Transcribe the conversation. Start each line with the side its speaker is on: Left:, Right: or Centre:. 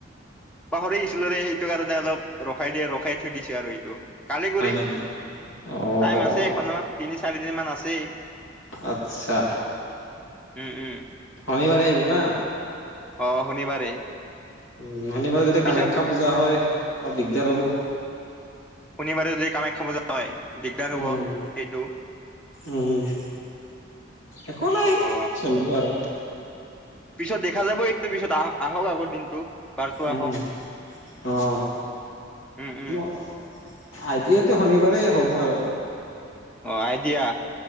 Centre: পাহৰি গেইছিলোঁ ৰে, সেইটো কাৰণে অলপ ৰখাই দিয়ে, ৰখাই থৈ দিছে আৰু এইটো। কালি
Left: হয়
Centre: কৰিম।
Left: নেকি? অ',
Centre: টাইম
Left: অ',
Centre: আছে এখনৰ তিনি-চাৰিদিনমান আছেই।
Left: আচ্ছা।
Centre: উম, উম।
Left: শনিবাৰে আহিব না?
Centre: অ', শনিবাৰে।
Left: উম শনিবাৰে যদি
Centre: পিছত
Left: কামাখ্যা পূজা হয়, অলপ দিগদাৰ হ'ব।
Centre: শনিবাৰে যদি কামাখ্যা পুজা হয় দিগদাৰ
Left: উম,
Centre: হব সেইটো।
Left: উম, একো নাই
Centre: অ
Left: চলিব আৰু।
Centre: পিছত দেখা যাব এই পিছত আহক আগৰ দিন। টো বাৰটো
Left: উম,
Centre: আহক
Left: অ'।
Centre: উম উম।
Left: মোৰ আইডিয়াটো শনিবাৰেই হ'ব আৰু।
Centre: অ' আইদিয়া।